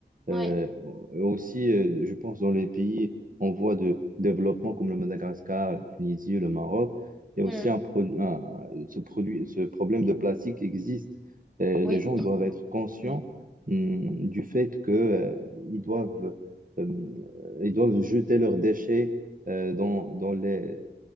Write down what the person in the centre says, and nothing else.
Ouais.
Hmm.
Oui.
Oui.